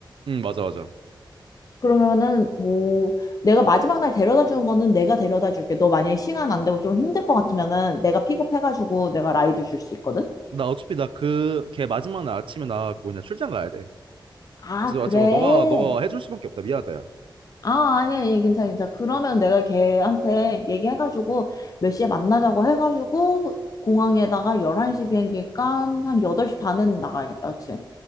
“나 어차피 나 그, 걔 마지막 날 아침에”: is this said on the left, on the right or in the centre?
Right